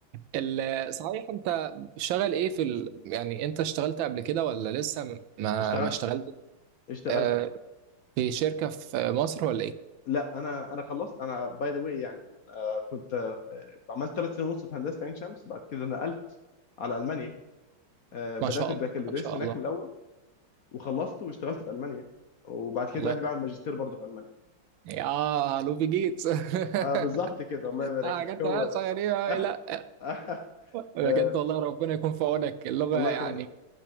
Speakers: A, on the right; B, on the left.
A: ال- صحيح انت شغال ايه في ال... يعني انت اشتغلت قبل كده ولا لسه م- ما
B: اشتغلت
A: ما اشتغلت
B: اشتغلت
A: آه، في شركة في مصر ولا ايه
B: لا انا انا خلصت انا باي ذا واي يعني انا كنت آه، عملت ثلاث سنين ونص في هندسه عين شمس بعد كده نقلت على المانيا آه، بدات
A: ما شاء
B: البكالوريوس
A: الله ما شاء
B: هناك
A: الله
B: من الاول وخلصت واشتغلت في المانيا وبعد كده
A: الله
B: دلوقتي
A: يقوي.
B: بعمل ماجستير برضه في المانيا
A: يا لوبي جيتس <laughs>
B: آه بالظبط كده الله يبارك
A: آه، حاجات
B: لك هو
A: تمام
B: ده
A: صغيرة
B: <laughs>
A: أوي، لا
B: آه آه
A: بجد
B: آه
A: والله ربنا يكون في عونك اللغة
B: الله
A: يعني
B: يكرمك